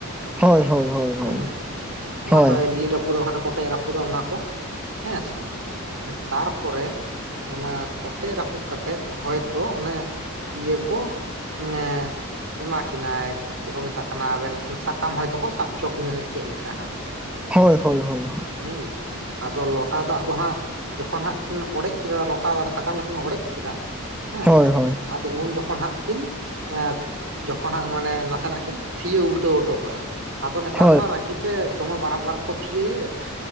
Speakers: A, in the centre; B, on the right.
A: ᱦᱳᱭ
B: ᱾
A: ᱦᱳᱭ ᱦᱳᱭ ᱦᱳᱭ
B: ᱦᱩᱸ ᱚᱱᱟ
A: ᱦᱳᱭ
B: ᱠᱚᱭ ᱞᱤᱱ ᱨᱟᱹᱯᱩᱫ ᱫᱟ ᱵᱟᱠᱷᱟᱱ ᱠᱚᱴᱮᱡ ᱨᱟᱹᱯᱩᱫ ᱠᱩᱫᱚ ᱚᱱᱟ ᱠᱚ ᱦᱮᱸᱥᱮ ᱛᱟᱨᱯᱚᱨᱮ ᱾ ᱚᱱᱟ ᱠᱚᱴᱮᱡ ᱨᱟᱹᱯᱩᱫ ᱠᱟᱛᱮᱫ ᱦᱚᱭᱛᱚ ᱚᱱᱮ ᱼᱼ ᱤᱭᱟᱹ ᱠᱚ ᱮᱸ ᱮᱢᱟ ᱠᱤᱱᱟᱭ ᱾ ᱪᱮᱫ ᱠᱚ ᱢᱮᱛᱟᱜ ᱠᱟᱱᱟ ᱟᱵᱮᱱ ᱴᱷᱮᱱ, ᱥᱟᱠᱟᱢ ᱦᱚᱭᱛᱳ ᱠᱚ ᱥᱟᱵ ᱦᱚᱪᱚ ᱠᱤᱱᱟ ᱥᱮ ᱪᱮᱜ ᱞᱮᱠᱟ ᱦᱟᱸᱜ ᱾
A: ᱦᱳᱭ ᱦᱳᱭ ᱦᱳᱭ
B: ᱦᱩᱸ ᱟᱫᱚ ᱞᱚᱴᱟ ᱫᱟᱜ ᱫᱚᱦᱟᱸᱜᱟ ᱾ ᱡᱚᱠᱷᱚᱱ ᱦᱟᱸᱜ ᱠᱤᱱ ᱚᱲᱮᱡ ᱠᱮᱫᱟ ᱞᱚᱴᱟ ᱫᱟᱨ ᱥᱟᱠᱟᱢ ᱡᱚᱠᱷᱚᱱ ᱚᱲᱮᱡ ᱠᱮᱫᱟ ᱾ ᱦᱮᱸ
A: ᱦᱳᱭ
B: ᱥᱮ
A: ᱦᱳᱭ ᱦᱳᱭ
B: ᱟᱫᱚ ᱩᱱ ᱡᱚᱠᱷᱚᱱ ᱦᱟᱸᱜ ᱠᱤᱱ ᱮᱸ ᱡᱚᱠᱷᱚᱱ ᱦᱟᱸᱜ ᱢᱟᱱᱮ ᱱᱟᱥᱮᱱᱟᱜ ᱠᱤᱱ ᱼᱼ ᱛᱷᱤᱭᱟᱹ ᱩᱞᱴᱟᱹᱣ ᱦᱚᱴᱚ ᱠᱟᱜᱼᱟ, ᱟᱫᱚ ᱱᱮᱛᱟᱨ
A: ᱦᱳᱭ
B: ᱢᱟ ᱨᱟᱹᱜᱤ ᱛᱮ ᱫᱚᱢᱮ ᱵᱟᱨᱟᱜ ᱵᱟᱨᱟᱜ ᱠᱚ ᱛᱷᱤᱭᱟᱹᱭᱮᱜ ᱾